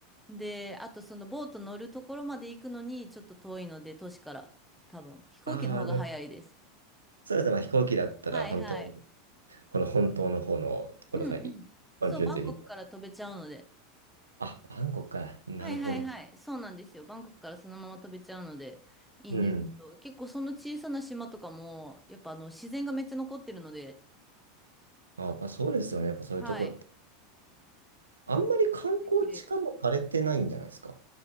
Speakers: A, in the centre; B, on the right (about 85°).
A: で、あとそのボート乗るところまで行くのにちょっと遠いので、都市から多分飛行機の方が早いです。
B: <laughs> ああ、なんかそうですね。まあ、飛行機だったら本当に
A: はいはい。
B: この本当の方のところがい、
A: うんうん。
B: このピュンと入れた
A: そう、バンコクから飛べちゃうので。
B: あ、バンコクか。なるほど。
A: はいはいはい。そうなんですよ。バンコクからそのまま飛べちゃうのでいいんですけど、
B: うん。
A: 結構その小さな島とかも、やっぱあの自然がめっちゃ残ってるので、
B: あ、やっぱそうですよね。やっぱそういうとこって。
A: はい。
B: あんまり観光地化もされてないんじゃないですか。
A: 綺麗です。